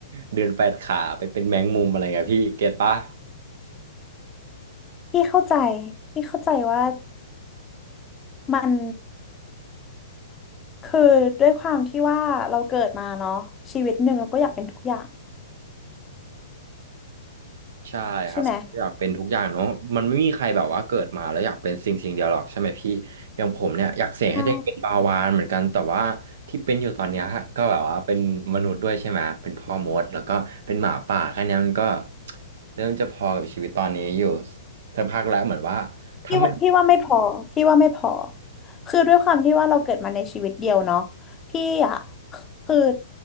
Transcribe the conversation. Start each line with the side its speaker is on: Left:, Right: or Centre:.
Right: เดินแปดขาไปเป็นแมงมุมอะไรเงี้ยพี่เก็ตปะ
Left: พี่เข้าใจพี่เข้าใจว่ามันคือด้วยความที่ว่าเราเกิดมาเนาะชีวิตหนึ่งเราก็อยากเป็นทุกอย่าง
Right: ใช่ครับอยากเป็นทุกอย่างเนาะมันไม่มีใครแบบว่าเกิดมาแล้วอยากเป็นสิ่งสิ่งเดียวหรอกใช่ไหมพี่อย่างผมเนี่ยอยากเสกให้ตัวเองเป็นปลาวาฬเหมือนกันแต่ว่าที่เป็นอยู่ตอนเนี้ยก็แบบว่าเป็นมนุษย์ด้วยใช่ไหมเป็นพ่อมดแล้วก็เป็นหมาป่าแค่เนี้ยมันก็
Left: ใช่ไหมใช่
Right: เริ่มจะพอกับชีวิตตอนนี้อยู่สักพักแล้วเหมือนว่าถ้าไม่
Left: พี่ว่าพี่ว่าไม่พอพี่ว่าไม่พอคือด้วยความที่ว่าเราเกิดมาในชีวิตเดียวเนาะพี่อ่ะคือ